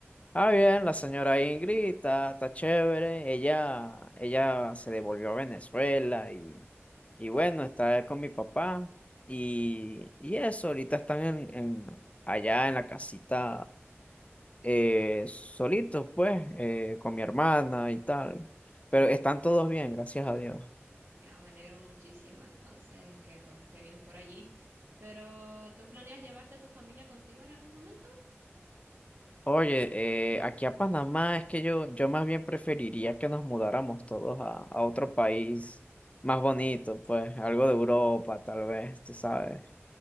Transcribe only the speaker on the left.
Ah, bien, la señora Ingrid está, está chévere. Ella, ella se devolvió a Venezuela y, y bueno, está con mi papá. Y, y eso, ahorita están en, en- allá en la casita eh, solitos, pues, eh, con mi hermana y tal. Pero están todos bien, gracias a Dios.
Oye, eh, aquí a Panamá es que yo, yo más bien preferiría que nos mudáramos todos a, a otro país más bonito, pues algo de Europa, tal vez, tú sabes.